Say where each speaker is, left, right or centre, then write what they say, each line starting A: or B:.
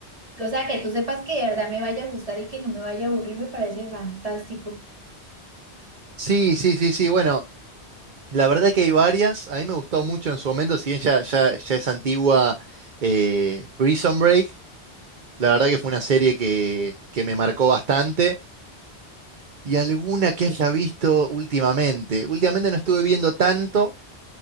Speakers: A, on the right; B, on the right.
A: O sea, que tú sepas que de verdad me vaya a gustar y que no me vaya a aburrir, me parece fantástico.
B: Sí, sí, sí, sí. Bueno, la verdad que hay varias. A mí me gustó mucho en su momento, si bien ya, ya, ya es antigua eh, Prison Break. La verdad que fue una serie que, que me marcó bastante. Y alguna que haya visto últimamente. Últimamente no estuve viendo tanto,